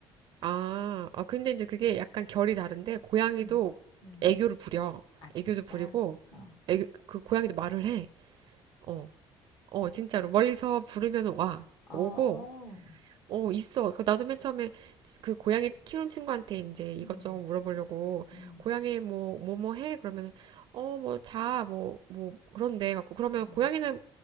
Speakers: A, on the right (about 50°); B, on the left (about 45°).
A: 아, 아, 근데 이제 그게 약간 결이 다른데, 고양이도
B: 음, 음.
A: 애교를 부려.
B: 아, 진짜?
A: 애교도 부리고,
B: 어.
A: 애교, 그 고양이도 말을 해. 어, 어, 진짜로. 멀리서 부르면 와.
B: 어.
A: 오고, 어, 있어. 그 나도 맨 처음에 그 고양이 키우는 친구한테 이제 이것저것
B: 음.
A: 물어보려고,
B: 음,
A: 고양이 뭐, 뭐, 뭐 해? 그러면, 어, 뭐, 자, 뭐, 뭐, 그런데. 갖고 그러면
B: 음,
A: 고양이는